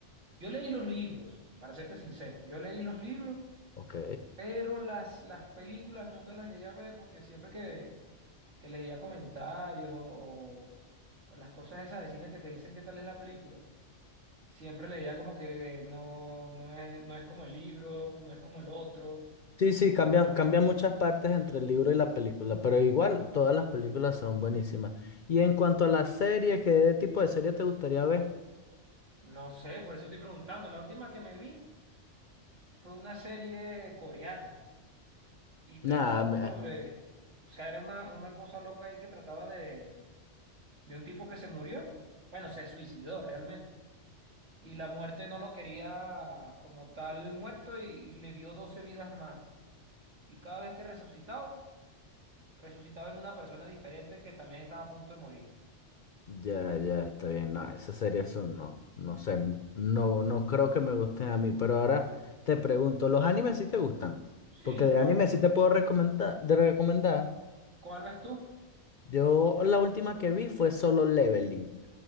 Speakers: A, on the right; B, on the left.
A: Yo leí los libros, para serte sincero. Yo leí los libros,
B: Ok.
A: pero las, las películas nunca las llegué a ver porque siempre que, que leía comentarios o, o- o las cosas esas de cine que te dicen qué tal es la película, siempre leía como que no, no es, no es como el libro, no es como el otro.
B: Sí, sí, cambian, cambian muchas partes entre el libro y la película, pero igual todas las películas son buenísimas. Y en cuanto a las series, ¿qué tipo de serie te gustaría ver?
A: No sé, por eso estoy preguntando. La última que me vi fue una serie coreana. y trataba
B: Nada, me-
A: sobre, o sea, era una, una cosa loca ahí que trataba de, de un tipo que se murió, bueno, se suicidó realmente, y la muerte no lo quería como tal muerto y, y le dio 12 vidas más, y cada vez que resucitaba, resucitaba en una persona diferente que también estaba a punto de morir.
B: ya, ya está bien. No, esas series son no, no sé, no, no creo que me gusten a mí, pero ahora te pregunto, ¿los animes sí te gustan?
A: Sí,
B: Porque
A: yo
B: de anime
A: vale, man.
B: sí te puedo recomendar, de recomendar.
A: ¿Cuál ves tú?
B: Yo la última que vi fue Solo Leveling.